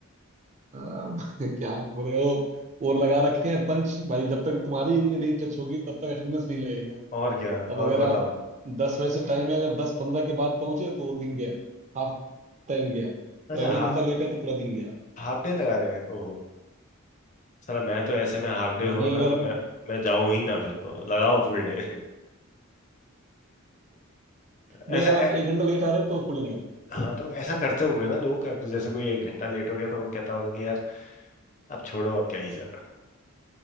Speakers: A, on the right (about 35°); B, on the left (about 35°).
A: <laughs> क्या बोले वो और लगा रखे हैं पंच भाई जब तक तुम्हारी उंगली नहीं टच होगी तब तक अटेंडेंस नहीं लगेगा
B: और क्या
A: अब अगर
B: और बताओ
A: आप दस बजे से टाइम है अगर दस पंद्रह के बाद पहुंचे तो वो दिन गया हाफ टाइम गया और
B: अच्छा
A: अगर
B: हा,
A: एक घंटा लेट है तो पूरा दिन गया
B: हाफ डे लगा रहे हैं ओहो साला मैं तो ऐसे में हाफ डे
A: हाँ
B: हो
A: नहीं
B: ना
A: अगर
B: मैं
A: <laughs>
B: मैं जाऊं ही ना फिर तो लगाओ फुल डे ऐसा
A: नहीं अगर
B: ऐ,
A: आप एक घंटा लेट आ रहे हैं तो फुल लगा देंगे
B: हाँ तो ऐसा करते होंगे ना लोग अगर जैसे कोई एक घंटा लेट हो गया तो वो कहता होगा कि यार अब छोड़ो अब क्या ही जाना